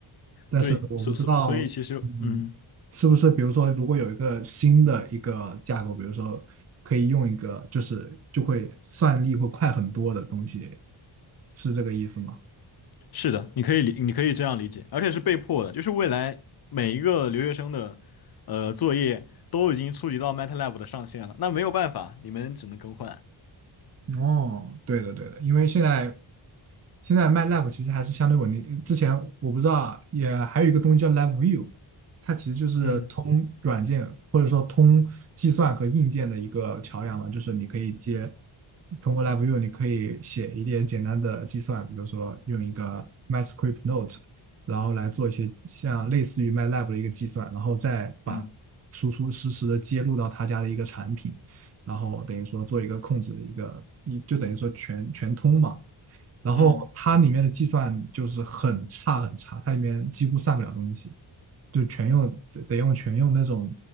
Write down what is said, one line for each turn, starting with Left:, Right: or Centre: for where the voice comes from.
Right: 但是我不知道，
Left: 对，所所所以其实，
Right: 嗯，
Left: 嗯，
Right: 是不是比如说，如果有一个新的一个架构，比如说可以用一个，就是就会算力会快很多的东西，是这个意思吗？
Left: 是的，你可以理，你可以这样理解，而且是被迫的，就是未来每一个留学生的呃作业都已经触及到 MATLAB 的上限了，那没有办法，你们只能更换。
Right: 哦，对的对的，因为现在现在卖 l a b 其实还是相对稳定。之前我不知道啊，也还有一个东西叫 l a b View，它其实就是通软件或者说通计算和硬件的一个桥梁嘛，
Left: 嗯
Right: 就是你可以接通过 l a b View，你可以写一点简单的计算，比如说用一个 MyScript Note，然后来做一些像类似于 MATLAB 的一个计算，然后再把输出实时的接入到他家的一个产品。
Left: 嗯
Right: 然后等于说做一个控制的一个，一就等于说全全通嘛。然后它里面的计算就是很差很差，
Left: 嗯，
Right: 它里面几乎算不了东西，就全用得得用全用那种